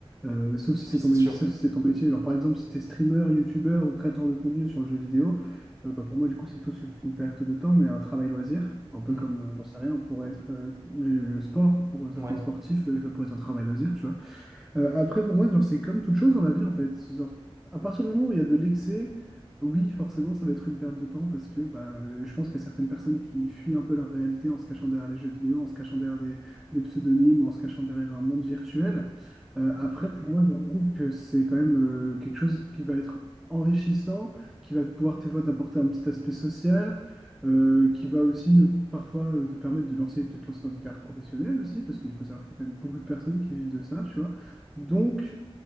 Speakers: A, in the centre; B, on the right.
A: Euh, sauf si
B: Oui,
A: c'est
B: c'est
A: ton, mé-
B: sûr.
A: sauf si c'est ton métier. Genre, par exemple, si tu es streamer, youtubeur ou créateur de contenu sur le jeu vidéo, euh, bah, pour moi, du coup, c'est tout sauf une perte de temps, mais un travail loisir. Un peu
B: Mhm.
A: comme, euh, j'en sais rien, pourrait être euh, le, le sport, pour certains
B: Ouais.
A: sportifs, euh, ça pourrait être un travail loisir, tu vois. Euh, après, pour moi, genre, c'est comme toute chose dans la vie, en fait. Genre, à partir du moment où il y a de l'excès, oui, forcément, ça va être une perte de temps parce que bah, euh, je pense qu'il y a certaines personnes qui fuient un peu leur réalité en se cachant derrière les jeux vidéo, en se cachant derrière des, des pseudonymes, en se cachant derrière un monde virtuel. Euh, après, pour moi, je trouve que c'est quand même euh, quelque chose qui va être enrichissant, qui va pouvoir tes fois t'apporter un petit aspect social, euh, qui va aussi euh, parfois euh, te permettre de lancer, de te lancer dans une carrière professionnelle aussi, parce qu'il faut savoir qu'il y a quand même beaucoup de personnes qui vivent de ça, tu vois. Donc,